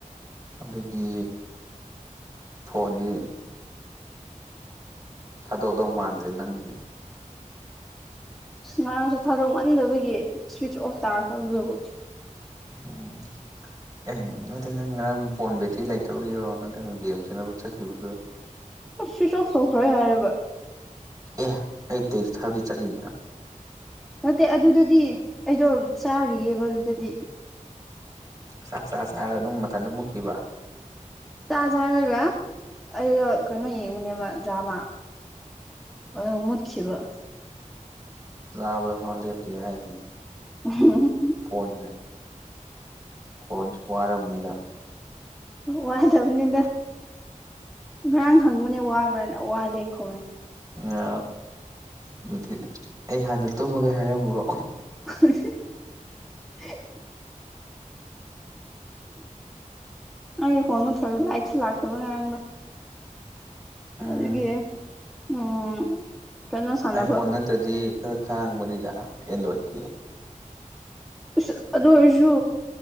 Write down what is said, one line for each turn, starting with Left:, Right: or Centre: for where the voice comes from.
Right: ꯑꯗꯨꯗꯤ ꯐꯣꯟꯗꯤ ꯊꯥꯗꯧꯗꯧ ꯃꯥꯟꯗ꯭ꯔꯦ ꯅꯪꯒꯤꯗꯨꯗꯤ
Centre: ꯉꯔꯥꯡꯁꯨ ꯊꯥꯗꯣꯛꯃꯟꯗꯕꯒꯤ ꯁ꯭ꯋꯤꯁ ꯑꯣꯐ ꯇꯥꯔꯈ꯭ꯔꯕꯗꯨꯕꯨ
Right: ꯑꯣ ꯑꯦ ꯅꯠꯇꯦ ꯅꯪ ꯉꯔꯥꯡ ꯐꯣꯟ ꯕꯦꯇ꯭ꯔꯤ ꯂꯩꯇꯕꯒꯤꯔꯣ ꯅꯠꯇ꯭ꯔꯒ ꯒꯦꯝ ꯁꯟꯅꯥꯕ ꯆꯠꯈꯤꯕꯒꯤꯔꯣ
Centre: ꯑꯁ ꯁꯨ꯭ꯏꯁꯑꯣꯐ ꯇꯧꯈ꯭ꯔꯦ ꯍꯥꯏꯔꯒ
Right: ꯑꯦ ꯑꯩ ꯇꯦꯛꯁ ꯊꯥꯕꯗꯤ ꯆꯠꯂꯤꯕ꯭ꯔꯥ
Centre: ꯅꯠꯇꯦ ꯑꯗꯨꯗꯗꯤ ꯑꯩꯗꯣ ꯆꯥꯔꯤꯑꯦꯕ ꯑꯗꯨꯗꯗꯤ
Right: ꯆꯥꯛ ꯆꯥ ꯆꯥꯔꯒ ꯑꯗꯨꯝ ꯃꯊꯟꯇ ꯃꯨꯛꯈꯤꯕ
Centre: ꯆꯥꯖ ꯖꯥꯔꯒ ꯑꯩꯗꯣ ꯀꯩꯅꯣ ꯌꯦꯡꯕꯅꯦꯕ ꯗ꯭ꯔꯃꯥ ꯑꯗꯣ ꯃꯨꯠꯈꯤꯕ
Right: ꯆꯥꯕꯗ ꯐꯥꯎ ꯂꯦꯞꯇꯦ ꯍꯥꯏꯅꯦ
Centre: ꯎ <inaudible>
Right: ꯐꯣꯟꯁꯦ ꯐꯣꯟꯁꯨ ꯋꯥꯔꯝꯅꯤꯗ
Centre: ꯋꯥꯗꯕꯅꯤꯗ ꯉꯔꯥꯡ ꯍꯪꯕꯅꯦ ꯋꯥꯕ꯭ꯔꯅ ꯋꯥꯗꯦ ꯈꯨꯝꯃꯦ
Right: ꯑ ꯑꯗꯨꯗꯤ ꯑꯩ ꯍꯥꯟꯅ ꯇꯨꯝꯃꯒꯦ ꯍꯥꯏꯔꯝꯃꯨꯔꯣ
Centre: <inaudible> <unintelligible> ꯑꯩ ꯐꯣꯟ ꯃꯨꯠꯈ꯭ꯔꯒ ꯂꯥꯏꯇꯁꯨ ꯂꯥꯛꯇꯕ ꯉꯔꯥꯡꯗꯣ
Right: ꯎꯝ
Centre: ꯑꯗꯨꯒꯤ ꯎꯝ ꯀꯩꯅꯣ ꯁꯥꯟꯅꯕ
Right: ꯑꯥꯏꯐꯣꯟ ꯅꯠꯇ꯭ꯔꯗꯤ ꯈꯔ ꯈꯥꯡꯕꯅꯤꯗ ꯑꯦꯟꯗ꯭ꯔꯣꯏꯗꯇꯤ
Centre: ꯑꯁ ꯑꯗꯨ ꯑꯣꯏꯔꯁꯨ